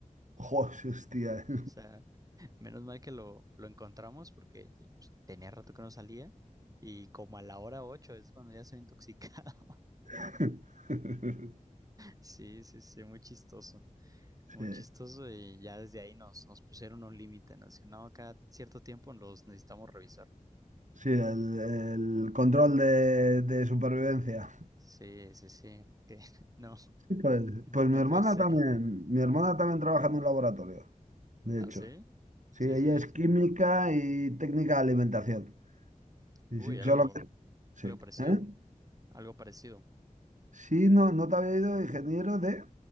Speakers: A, on the right (about 60°); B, on the right (about 25°).
A: hostia. <laughs>
B: sea, <laughs> menos mal que lo, lo encontramos porque pues, tenía rato que no salía y como a la hora 8 es cuando ya se intoxica. <laughs>
A: <laughs>
B: Sí, sí, sí, muy chistoso.
A: Sí,
B: Muy chistoso y ya desde ahí nos, nos pusieron un límite, nos decían, no, cada cierto tiempo los necesitamos revisar.
A: sí, el, el control de, de supervivencia.
B: Sí, sí, sí, que <laughs> no,
A: Sí, Pues, pues
B: no
A: mi hermana
B: puede ser.
A: también, mi hermana también trabaja en un laboratorio, de
B: ¿Ah,
A: hecho.
B: sí?
A: Sí,
B: Sí,
A: ella
B: sí,
A: es
B: sí.
A: química y técnica de alimentación. Y
B: Uy,
A: sí,
B: algo,
A: solo que- sí,
B: algo parecido,
A: ¿eh?
B: algo parecido.
A: Sí, no, no te había ido ingeniero de